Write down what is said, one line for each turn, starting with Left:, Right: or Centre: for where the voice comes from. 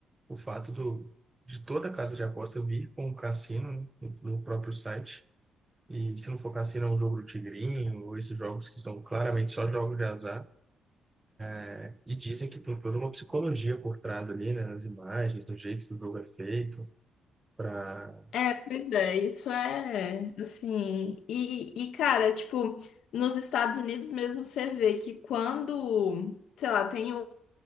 Right: o fato do, de toda a casa de aposta vir com o cassino, né, no, no próprio site. E se não for cassino, é um jogo do tigrinho, ou esses jogos que são claramente só jogos de azar. né? E dizem que tem toda uma psicologia por trás ali, né? Nas imagens, no jeito que o jogo é feito, para...
Left: É, pois é, isso é assim. E, e, cara, tipo, nos Estados Unidos mesmo você vê que quando, sei lá, tem o,